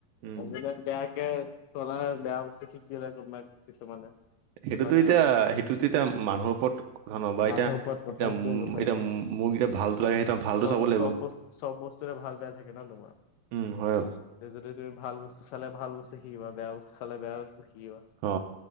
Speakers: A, on the right; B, on the left.
A: উম
B: আজিকালি বেয়াকে চলাই বেয়া বস্তু শিকিলে কোনোবাই কিছুমানে
A: সেইটোতো
B: হয় নে
A: এতিয়া
B: নহয়
A: সেইটোতো এতিয়া মানুহৰ ওপৰত কথা ন বা
B: মানুহৰ
A: এতিয়া
B: ওপৰত কথা
A: এতিয়া
B: সেইটোৱে কথাদেছো
A: এতিয়া মোক এতিয়া ভালটো লাগে সেই ভালটো
B: চব
A: চাব লাগিব
B: চব বস্ত চব বস্তুৱে ভাল বেয়া থাকে ন তোমাৰ,
A: উম হয়
B: তে যদি তুমি ভাল বস্তু চালে ভাল বস্তু শিক শিকিবা বেয়া বস্তু চালে বেয়া বস্তু শিকিবা
A: অ